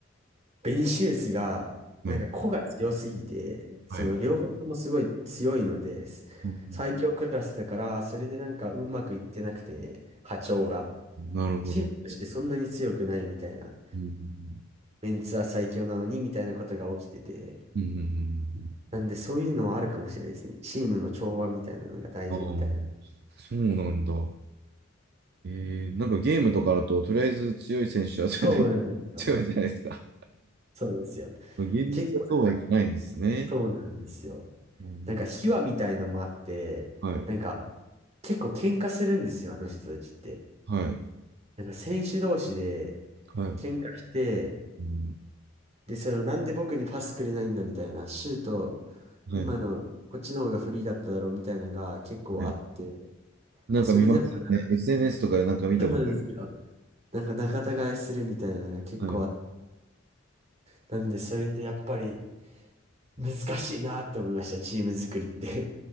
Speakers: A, on the right; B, on the right.
A: ベニシウスが、
B: はい、
A: なんか個が強すぎて、その両方ともすごい強いのです。
B: はい。うん
A: 最強クラスだから、それでなんかうまくいってなくて、波長が。
B: なるほど。
A: チームとしてそんなに強くないみたいな。
B: うん、
A: メンツは最強なのにみたいなことが起きてて。
B: うん、うん
A: なんでそういうのはあるかもしれないですね。チームの調和みたいなのが大事みたいな。
B: ああ、そうなんだ。ええなんかゲームとかだと、とりあえず強い選手はそれで
A: そうなんですよ。
B: <laughs> 強いじゃないですか。
A: そうなんですよ。
B: 現実はそうはいかないんですね。
A: 結構なんか、そうなんですよ。
B: うん、
A: なんか秘話みたいのもあって、
B: はい。
A: なんか結構喧嘩するんですよ、あの人たちって。
B: はい。
A: なんか選手同士で
B: はい。
A: 喧嘩して、
B: うん、
A: で、そのなんで僕にパスくれないんだみたいな、シュート、
B: はい。
A: 今のこっちの方がフリーだっただろうみたいなのが結構あって、
B: はい。なんか見ますね。
A: それでやっぱ、
B: SNS とかでなんか見たことある。
A: そうなんですよ。なんか仲違いするみたいなのが結構あって、
B: はい。うん
A: なんでそれでやっぱり難しいなって思いました、チーム作りって。